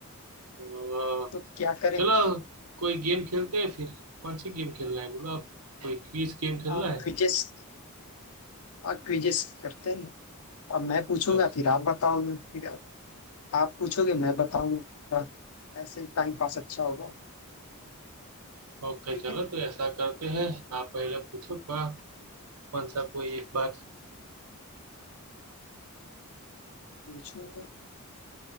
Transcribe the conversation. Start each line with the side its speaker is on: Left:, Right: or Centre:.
Right: तो,
Left: तो क्या करें
Right: चलो कोई गेम खेलते हैं फिर कौन सी गेम खेलना है बोलो आप कोई क्विज गेम खेलना
Left: आप
Right: है
Left: क्विजेस आप क्विजेस करते हैं अब मैं पूछूंगा
Right: बस
Left: फिर आप बताओगे फिर आप पूछोगे मैं बताऊंगा ऐसे ही टाइम पास अच्छा होगा
Right: ओके
Left: ठीक
Right: चलो
Left: है
Right: तो ऐसा करते हैं आप पहले पूछो क्या कौन सा कोई एक बात
Left: पूछूंगा